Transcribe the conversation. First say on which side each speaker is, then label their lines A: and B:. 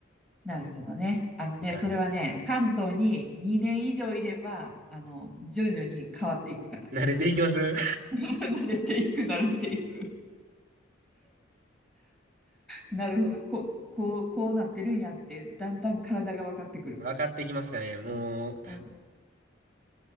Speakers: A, in the centre; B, on the right.
A: なるほどね。あのね、
B: っていう感じ。
A: それはね、関東に2年以上いれば、あの、徐々に変わっていくから。
B: 慣れていきます
A: <laughs> 慣れていく、慣れていく。なるほど、こう、こう、こうなってるんやって、だんだん体が分かってくる。
B: <laughs> 分かっていきますかね。もう、
A: うん、う